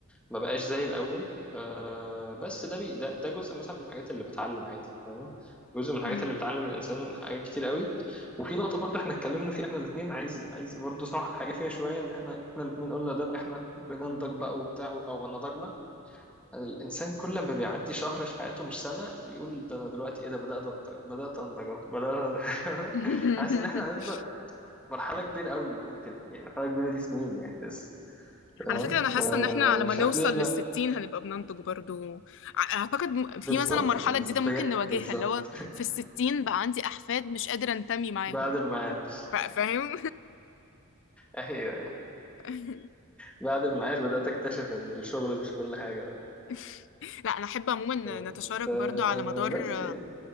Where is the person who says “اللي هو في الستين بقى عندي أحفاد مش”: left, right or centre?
Left